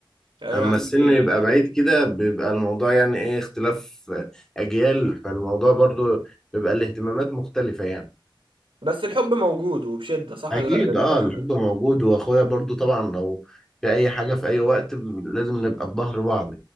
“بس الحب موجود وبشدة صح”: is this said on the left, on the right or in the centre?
Right